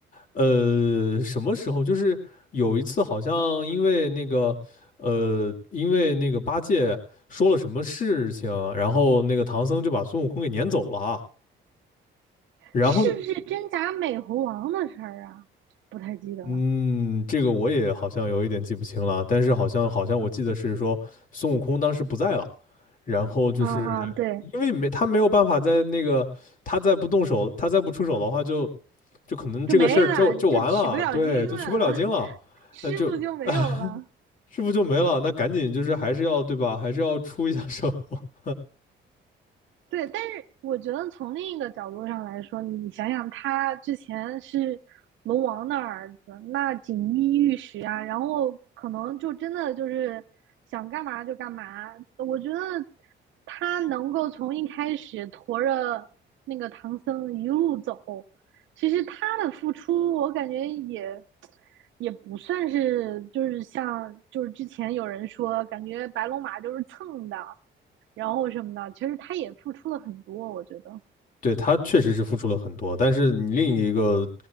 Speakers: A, on the left (about 45°); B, on the right (about 75°).
A: 呃什么时候，就是有一次好像因为那个呃因为那个八戒说了什么事情，然后那个唐僧就把孙悟空给撵走了啊然后
B: 是不是真假美猴王的事儿啊？不太记得了。
A: 嗯，这个我也好像有一点记不清了，但是好像好像我记得是说孙悟空当时不在了，然后就是
B: 嗯嗯，对，
A: 因为没他没有办法在那个他再不动手，他再不出手的话就，就可能这个事儿就就完了，
B: 就没了，就取不了经了，
A: 对，就取不了经了，
B: <laughs> 师傅就没有了。
A: 嗯，就呃师傅就没了？那赶紧就是还是要对吧？还是要出一下手。<laughs>
B: 对，但是我觉得从另一个角度上来说，你想想，他之前是龙王的儿子，那锦衣玉食啊，然后可能就真的就是想干嘛就干嘛。我觉得他能够从一开始驮着那个唐僧一路走，其实他的付出，我感觉也也不算是就是像就是之前有人说，感觉白龙马就是蹭的。然后什么的，其实他也付出了很多，我觉得。
A: 对，他确实是付出了很多，但是你另一个